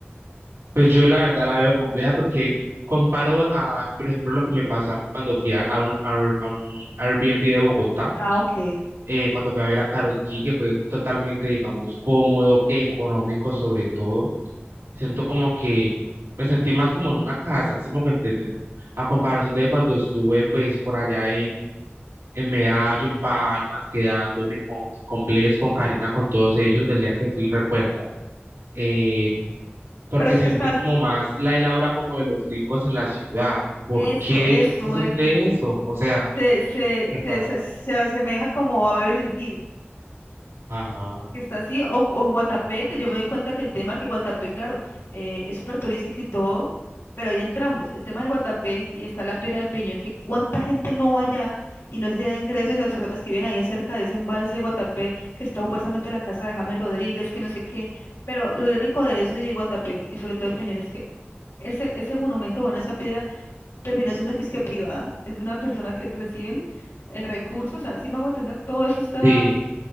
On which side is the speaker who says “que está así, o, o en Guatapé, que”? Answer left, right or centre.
Left